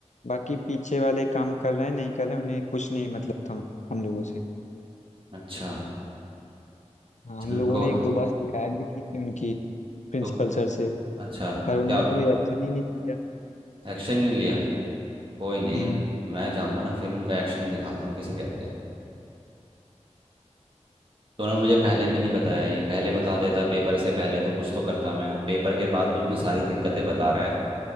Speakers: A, on the left; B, on the right.
A: बाकी पीछे वाले काम कर रहे हैं नहीं कर रहे हैं, उन्हें कुछ नहीं मतलब था हम लोगों से
B: अच्छा
A: हाँ
B: चल
A: हम लोगों
B: को
A: ने एक दो बार शिकायत भी की थी उनकी प्रिंसिपल
B: तो
A: सर से
B: अच्छा
A: पर
B: तो
A: उन्होंने
B: क्या
A: कोई एक्शन ही नहीं लिया
B: एक्शन नहीं लिया कोई नहीं
A: हम्म
B: अब मैं जाऊंगा ना फिर उनको एक्शन दिखाता हूँ किसे कहते हैं तो उन्होंने मुझे पहले क्यों नहीं बताया ये पहले बता देता पेपर से पहले तो कुछ तो करता मैं अब पेपर के बाद तू इतनी सारी दिक्कतें बता रहा है